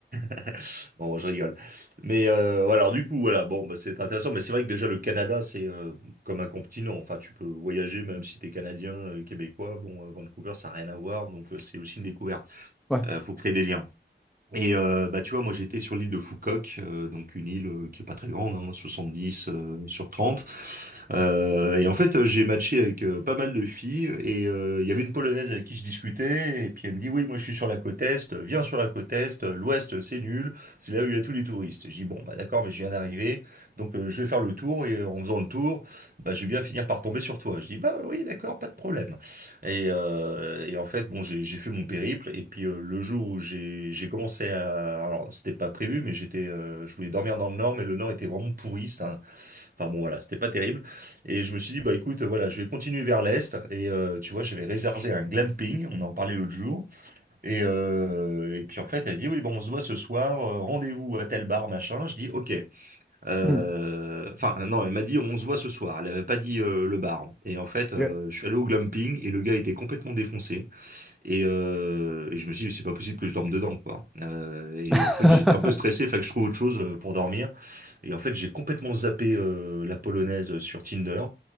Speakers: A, on the right; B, in the centre.
A: <laughs> Bon, je rigole. Mais euh, ouais, alors du coup, voilà, bon, bah, c'est intéressant. Mais c'est vrai que déjà le Canada, c'est euh, comme un continent. Enfin, tu peux voyager même si t'es Canadien, euh, Québécois. Bon, euh, Vancouver, ça n'a rien à voir, donc euh, c'est aussi une découverte.
B: Ouais.
A: Euh, faut créer des liens. Et euh, bah tu vois, moi j'étais sur l'île de Foucault euh, donc une île euh, qui est pas très grande, hein, 70 euh, sur 30. Euh, et en fait, euh, j'ai matché avec euh, pas mal de filles et euh, il y avait une Polonaise avec qui je discutais et puis elle me dit, oui, moi je suis sur la côte Est, viens sur la côte Est, l'Ouest c'est nul, c'est là où il y a tous les touristes. Je dis, bon, bah d'accord, mais je viens d'arriver, donc euh, je vais faire le tour et euh, en faisant le tour, bah, je vais bien finir par tomber sur toi. Je dis, bah oui, d'accord, pas de problème. Et, euh, et en fait, bon, j'ai j'ai fait mon périple et puis euh, le jour où j'ai j'ai commencé à... Alors, c'était pas prévu, mais j'étais, euh, je voulais dormir dans le Nord, mais le Nord était vraiment pourri, c'était un- Enfin bon, voilà, c'était pas terrible. Et je me suis dit, bah écoute, euh, voilà, je vais continuer vers l'est. Et euh, tu vois, j'avais réservé un glamping, on en parlait l'autre jour. Et, euh, et puis en fait, elle dit, oui, bon, on se voit ce soir, euh, rendez-vous à tel bar, machin. Je dis, ok. Euh,
B: Hmm.
A: Enfin, non, elle m'a dit, on se voit ce soir. Elle avait pas dit euh, le bar. Et en fait,
B: Ok,
A: euh, je suis allé au glamping et le gars était complètement défoncé. Et, euh, et je me suis dit, c'est pas possible que je dorme dedans, quoi. Euh, et
B: <laughs>
A: en fait, j'étais un peu stressé, fallait que je trouve autre chose euh, pour dormir. Et en fait, j'ai complètement zappé euh, la polonaise euh, sur Tinder.